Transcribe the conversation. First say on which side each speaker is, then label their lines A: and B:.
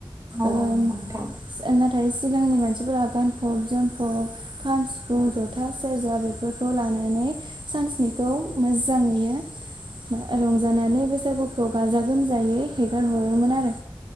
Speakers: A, on the right (about 35°); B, on the right (about 55°).
A: औ
B: ओ
A: नंगौ नोंथां।
B: नाथाय सिगांनि मानसिफोरा गानफब जोमफब खाम सिफुं
A: औ
B: ज था सेरजा बेफोरखौ लानानै सानस्निखौ मोजाङैनो रंजानानै बैसागुखौ गाजा गोमजायै हेगार हरोमोन आरो